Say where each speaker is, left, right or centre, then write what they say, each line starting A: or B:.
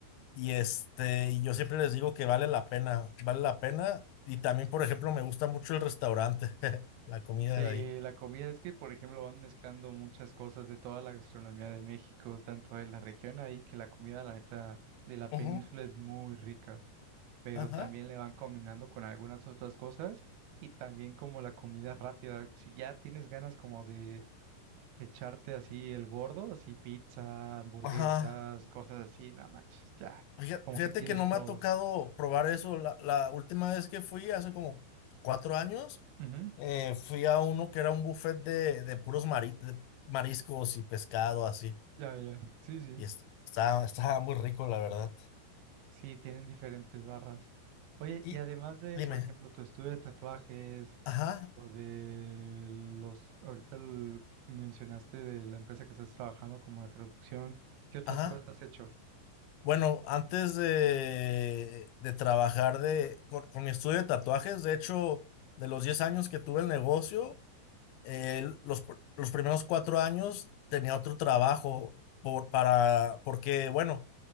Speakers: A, on the left; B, on the right.
A: Y este, y yo siempre les digo que vale la pena, vale la pena. Y también, por ejemplo, me gusta mucho el restaurante, <laughs> la comida
B: Sí,
A: de ahí.
B: la comida es que, por ejemplo, van mezclando muchas cosas de toda la gastronomía de México, tanto de la región ahí, que la comida, la neta, de la península
A: Ujú,
B: es muy rica, pero
A: ajá,
B: también le van combinando con algunas otras cosas y también como la comida rápida. Si ya tienes ganas como de echarte así el gordo, así pizza, hamburguesas,
A: ajá.
B: cosas así, no manches, ya,
A: Fíjate,
B: como
A: fíjate
B: que tienes
A: que no
B: todo.
A: me ha tocado probar eso. La, la última vez que fui, hace como cuatro años,
B: Ujú,
A: eh, fui a uno que era un buffet de, de puros mari- de mariscos y pescado, así.
B: Ya, ya, sí, sí.
A: Y es- estaba, estaba muy rico, la verdad.
B: Sí, tienen diferentes barras. Oye,
A: Y
B: y además de,
A: dime,
B: por ejemplo, tu estudio de tatuajes
A: ajá,
B: o de los, ahorita el- mencionaste de la empresa que estás trabajando como de traducción, ¿qué otras
A: ajá.
B: cosas has hecho?
A: Bueno, antes de, de trabajar de, con, con mi estudio de tatuajes, de hecho, de los 10 años que tuve el negocio, eh, los, pr- los primeros cuatro años tenía otro trabajo por, para, porque, bueno,